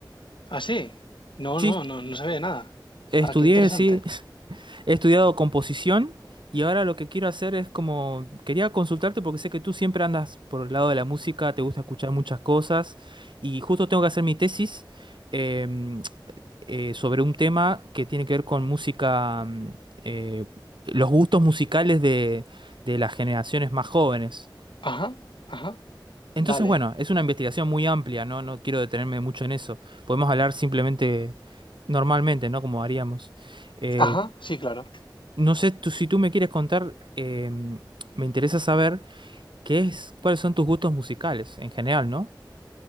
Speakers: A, on the left (about 80°); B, on the right (about 75°).
A: ¿Ah, sí? No,
B: Sí,
A: no, no, no sabía nada.
B: estudié,
A: Ah, qué interesante.
B: sí, <laughs> he estudiado composición y ahora lo que quiero hacer es como, quería consultarte porque sé que tú siempre andas por el lado de la música, te gusta escuchar muchas cosas y justo tengo que hacer mi tesis em, eh, sobre un tema que tiene que ver con música, mm, eh, los gustos musicales de de las generaciones más jóvenes.
A: Ajá, ajá,
B: Entonces,
A: vale.
B: bueno, es una investigación muy amplia, ¿no? No quiero detenerme mucho en eso. Podemos hablar simplemente normalmente, ¿no? Como haríamos. Eh,
A: Ajá, sí, claro.
B: no sé, tú, si tú me quieres contar, eh, me interesa saber qué es, cuáles son tus gustos musicales en general, ¿no?